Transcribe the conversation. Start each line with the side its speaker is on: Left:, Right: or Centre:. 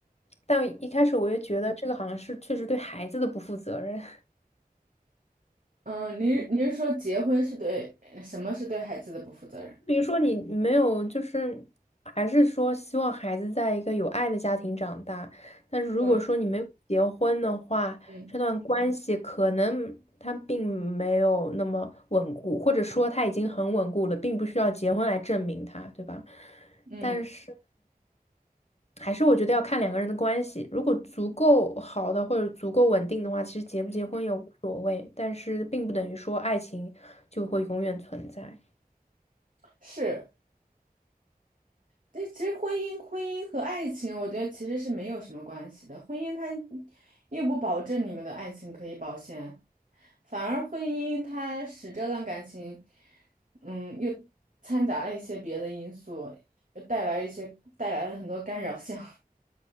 Left: 但一开始我就觉得这个好像是确实对孩子的不负责任。
Right: 嗯，您您是说结婚是对呃什么是对孩子的不负责任？
Left: <laughs> 比如说你没有，就是还是说希望孩子在一个有爱的家庭长大，但是如果说你没有结婚的话，
Right: 嗯嗯
Left: 这段关系可能它并没有那么稳固，或者说它已经很稳固了，并不需要结婚来证明它，对吧？
Right: 嗯
Left: 但是还是我觉得要看两个人的关系，如果足够好的或者足够稳定的话，其实结不结婚也无所谓，
Right: 嗯，
Left: 但是并不等于说爱情就会永远存在。
Right: 是。这其实婚姻、婚姻和爱情，我觉得其实是没有什么关系的。婚姻它又不保证你们的爱情可以保鲜，反而婚姻它使这段感情，嗯，又掺杂了一些别的因素，又带来一些带来了很多干扰项，